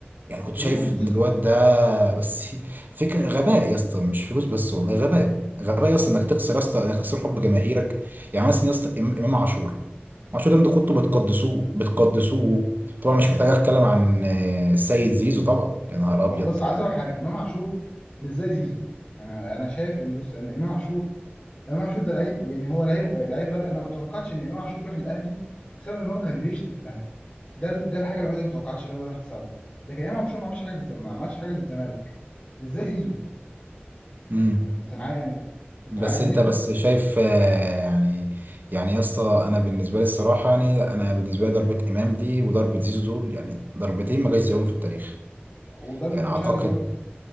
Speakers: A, on the right (about 50°); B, on the left (about 40°).
A: يعني كنت
B: فلوس
A: شايف ان الواد ده بس فكره غباء يا اسطى مش فلوس بس والله غباء غباء يا
B: ايوه
A: اسطى انك تخسر يا اسطى انك تخسر حب جماهيرك يعني مثلا يا اسطى إم- امام عاشور عاشور ده انتوا كنتوا بتقدسوه بتقدسوه طبعا
B: بس
A: مش محتاج اتكلم عن آه، السيد زيزو طبعا يا نهار
B: بس
A: ابيض
B: عايز اقول حاجه امام عاشور مش زي زيزو انا انا شايف ان بص ان امام عاشور امام عاشور ده لعيب يعني هو لعيب لعيب غبي انا ما توقعتش ان امام عاشور يروح الاهلي بسبب ان هو كان بيشتم في الاهلي ده ده الحاجه الوحيده اللي ما توقعتش ان هو يروح بسببها لكن امام عاشور ما عملش حاجه بالز... ما عملش حاجه للزمالك مش زي زيزو
A: امم
B: انت معايا يعني انت
A: بس
B: معايا زيزو
A: انت بس شايف آه، يعني يعني يا اسطى انا بالنسبه لي الصراحه يعني انا بالنسبه لي ضربه امام دي وضربه زيزو دول يعني ضربتين ما جاش زيهم في التاريخ
B: وضربت
A: يعني
B: بن
A: اعتقد
B: شرقي برضه